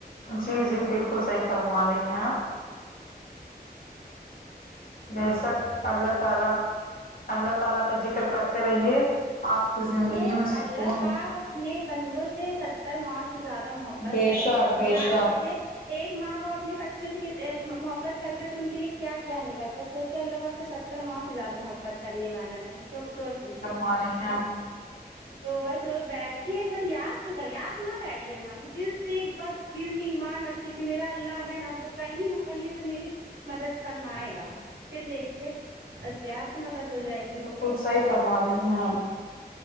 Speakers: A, on the left (about 60°); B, on the right (about 85°).
A: جی جی بالکل صحیح فرما رہی ہیں آپ بے شک اللہ تعالی اللہ تعالی کا ذکر کرتے رہیے آپ کی
B: دیکھیے
A: زندگی میں سکون
B: اللہ پاک اپنے بندوں سے ستر ماؤں سے زیادہ محبت
A: بے
B: کرتے
A: شک
B: تو
A: بے
B: جان
A: شک
B: لیجے ایک ماں باپ اپنے بچوں سے محبت کرتے تو ان کے لیے کیا کیا نہیں کرتے سوچے اللہ ب تو ستر ماہ سے زیادہ محبت کرنے والا ہے تو اب سوچ لیجیے
A: آ رہی ہیں
B: تو بس بیٹھیے بر یاد تو کریے آپ نہ بیٹھیے ن دل سے ایک بات دل میں ایمان رکھے کی میرا اللہ ہے نہ وہ کہیں نہ کہیں سے میرے مدد فرمائے گا پھر دیکھیے از گیب آپ سے مدد ہو جائے گی
A: بالکل صحیح فرما رہی ہیں